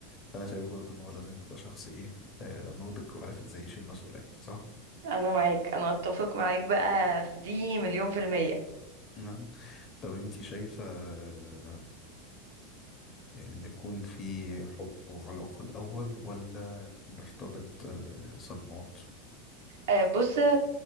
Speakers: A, on the left; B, on the right.
A: فانا شايف برضو ان هو لازم يبقى شخص ايه آه، ناضج وعارف ازاي يشيل مسؤولية صح؟
B: أنا معاك أنا أتفق معاك بقى في دي مليون في المية
A: نعم طب انتي شايفة آه، نكون في حب وعلاقة الأول ولا نرتبط آه، صدمات؟
B: آه، بص